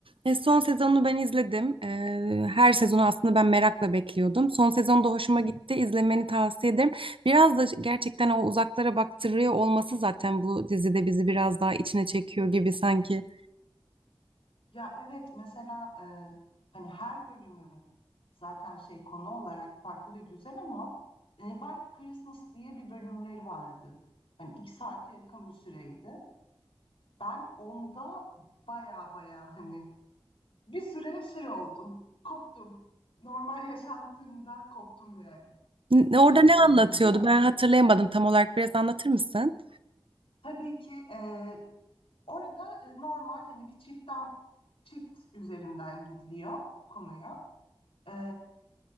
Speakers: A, on the right (about 70°); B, on the left (about 80°).
A: E, son sezonunu ben izledim. E, her sezonu aslında ben merakla bekliyordum. Son sezon da hoşuma gitti. İzlemeni tavsiye ederim. Biraz da gerçekten o uzaklara baktırıyor olması zaten bu dizide bizi biraz daha içine çekiyor gibi sanki.
B: Ya evet mesela e, hani her bölümü zaten şey konu olarak farklı ve güzel ama e, White Christmas diye bir bölümleri vardı. Hani iki saate yakın bir süreydi. Ben onda baya baya hani bir süre şey oldum, koptum. Normal yaşantımdan koptum yani
A: N- Orada
B: o bölümü
A: ne anlatıyordu?
B: izlerken.
A: Ben hatırlayamadım tam olarak. Biraz anlatır mısın?
B: Tabii ki e, orada e, normal hani bir çiftten çift üzerinden gidiliyor konuya. E,